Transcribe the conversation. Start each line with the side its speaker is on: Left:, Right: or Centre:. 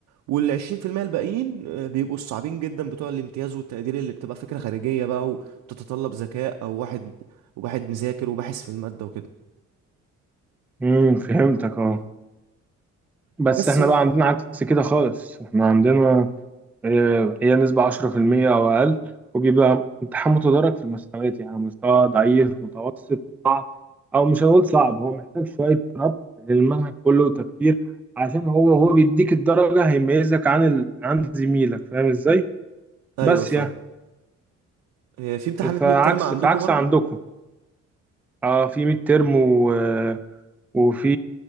Right: وال 20% الباقيين آه، بيبقوا الصعبين جدا بتوع الامتياز والتقدير اللي بتبقى فكرة خارجية بقى وبتتطلب ذكاء او واحد وواحد مذاكر وباحث في المادة وكده
Centre: امم فهمتك اه بس
Right: بس
Centre: احنا
Right: آه،
Centre: بقى عندنا عكس كده خالص احنا عندنا آه، هي نسبة 10% أو أقل وبيبقى امتحان متدرج في المستويات يعني مستوى ضعيف متوسط صعب أو مش هقول صعب هو محتاج شوية ربط للمنهج كله وتفكير عشان هو هو بيديك الدرجة هيميزك عن ال... عن زميلك فاهم إزاي؟
Right: ايوه
Centre: بس
Right: فاهم
Centre: يعني
Right: آه، في امتحانات
Centre: فعكس
Right: ميد ترم عندكم
Centre: فعكس
Right: برضو
Centre: عندكم اه في ميد ترم و... آه، وفي